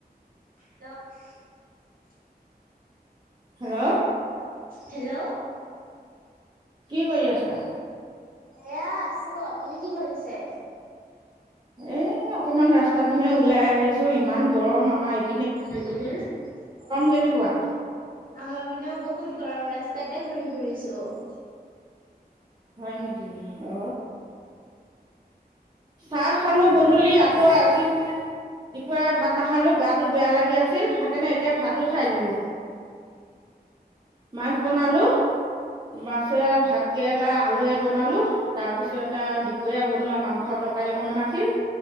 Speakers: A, on the right (about 60°); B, on the right (about 25°).
A: <inaudible>
B: Hello.
A: Hello.
B: কি কৰি আছা?
A: অ' আছোঁ, আপুনি কি কৰিছে?
B: এ অকমান ৰাস্তা পিনে ওলাই আহিছো‌ঁ ইমান গৰম‌ আমা এইপ
A: সেইটোহে। অ আমাৰ
B: কেনেকুৱা?
A: পিনেও বহুত গৰম, ৰাস্তাতে ঘূৰি ফুৰিছো আও।
B: হয় নেকি, অ চাহ খালো গধূলি, আকৌ আজি মানে দিপইয়া ভাত নাখালো গাটো বেয়া লাগি আছিল, সেইকাৰণে এতিয়া ভাতো খাই দিলো। মাছ বনালো, মাছে ভাত কেৰেলা আলুৱে বনালোঁ, তাৰপিছত‌ আও দিপইয়া বনোৱা মাংস তৰকাৰী অকমান আছিল,